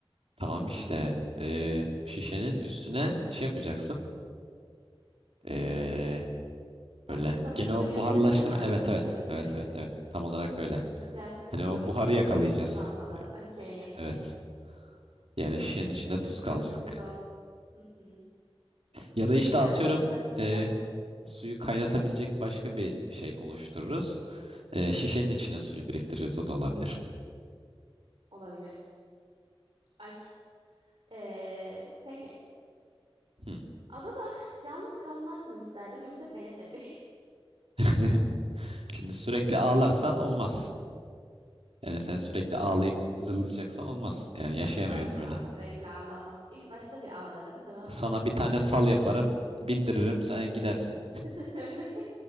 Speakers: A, on the right (about 75°); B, on the right (about 60°).
A: Tamam işte e, şişenin üstüne şey yapacaksın. E,
B: Basit
A: böyle
B: damıtma
A: gene o
B: yöntemiyle
A: buharlaştırma.
B: mi ayırmaya
A: Evet evet.
B: çalışacaksın?
A: Evet evet evet. Tam olarak öyle.
B: Plastik
A: Hani
B: boruda
A: o buharı
B: oluşan
A: yakalayacağız.
B: su damlaları. Okey, okey.
A: Evet. Yani
B: Okey.
A: şişenin
B: Çünkü
A: içinde
B: diyorum
A: tuz kalacak.
B: öbür türlü olm. Hı hı.
A: Ya da işte
B: Güzel.
A: atıyorum
B: Bunları bilmen
A: e, suyu kaynatabilecek başka bir şey oluştururuz. E, şişenin içine suyu biriktiririz. O da olabilir.
B: olabilir. Ay. Ee, peki.
A: Hı.
B: Adada yalnız kalmak mı isterdin yoksa benimle mi?
A: <laughs> Şimdi sürekli ağlarsan olmaz. Yani sen sürekli ağlayıp zırlayacaksan olmaz. Yani
B: <laughs>
A: yaşayamayız
B: Yok
A: böyle.
B: ya sürekli ağlamam. İlk başta bir ağlarım tamam
A: Sana
B: mı?
A: bir tane
B: İlk,
A: sal
B: ilk
A: yaparım,
B: günün.
A: bindiririm, sen gidersin.
B: <laughs>